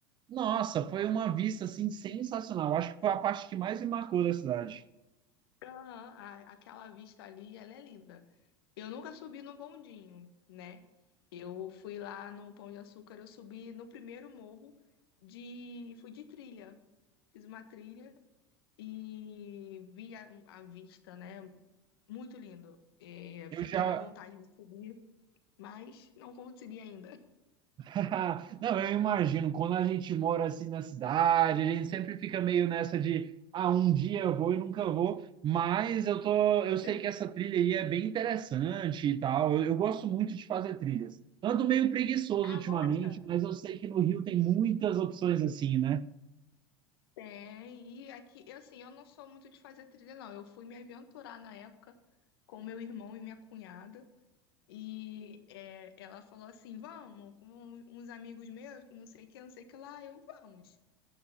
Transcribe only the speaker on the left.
Aham, a- aquela vista ali, ela é linda. Eu nunca subi no bondinho, né? Eu fui lá no Pão de Açúcar, eu subi no primeiro morro de, fui de trilha, fiz uma trilha e vi a, a vista, né? Muito lindo. É,
fiquei
na vontade de subir, mas não consegui ainda.
Sim.
Ah,
gosta?
Tem, e aqui, eu assim, eu não sou muito de fazer trilha, não. Eu fui me aventurar na época com meu irmão e minha cunhada. E é, ela falou assim: vamos, com um- uns amigos meus, que não sei o que, não sei o que lá, eu vamos.